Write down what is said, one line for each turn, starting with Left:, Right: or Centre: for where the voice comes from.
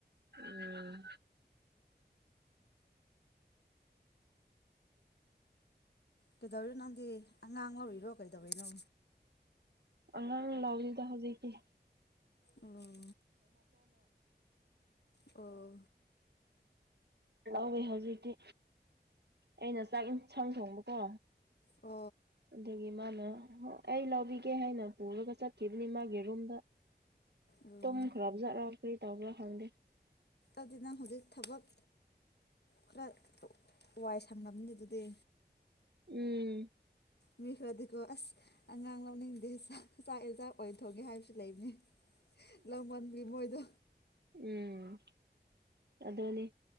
Right: ꯎꯝ
Left: ꯀꯩꯗꯧꯔꯤꯅꯣꯪꯗꯤ ꯑꯉꯥꯡ ꯂꯧꯔꯤꯔꯣ ꯀꯩꯗꯧꯔꯤꯅꯣ
Right: ꯑꯉꯥꯡ ꯂꯥꯎꯗꯨꯗ ꯍꯧꯖꯤꯛꯀꯤꯤ
Left: ꯎꯝ ꯑꯣ
Right: ꯂꯧꯋꯦ ꯍꯧꯖꯤꯛꯇꯤ ꯑꯩꯅ ꯆꯥꯛ ꯌꯦꯟꯁꯥꯡ ꯊꯣꯡꯕꯀꯣ
Left: ꯑ
Right: ꯑꯗꯨꯒꯤ ꯃꯥꯅ ꯑꯩ ꯂꯧꯕꯤꯒꯦ ꯍꯥꯏꯅ ꯄꯨꯔꯒ ꯆꯠꯈꯤꯕꯅꯤ ꯃꯥꯒꯤ ꯔꯨꯝꯗ
Left: ꯎꯝ
Right: ꯇꯨꯡ ꯈꯔꯞꯖꯥꯔ ꯀꯔꯤ ꯇꯧꯕ꯭ꯔꯥ ꯈꯪꯗꯦ
Left: ꯑꯗꯨꯅ ꯍꯧꯖꯤꯛ ꯊꯕꯛ ꯈꯔ ꯋꯥꯏ ꯁꯪꯂꯝꯕꯅꯤ ꯑꯗꯨꯗꯤ
Right: ꯎꯝ
Left: ꯃꯤ ꯈꯔꯗꯤꯀꯣ ꯑꯁ ꯑꯉꯥꯡ ꯂꯧꯅꯤꯡꯗꯦ ꯆꯥꯛ ꯌꯦꯟꯖꯥꯡ ꯑꯣꯏꯅ ꯊꯣꯡꯒꯦ ꯍꯥꯏꯕꯁꯨ ꯂꯩꯕꯅꯤ ꯂꯧꯃꯟꯕꯒꯤ ꯃꯣꯏꯗꯣ
Right: ꯎꯝ ꯑꯗꯅꯤ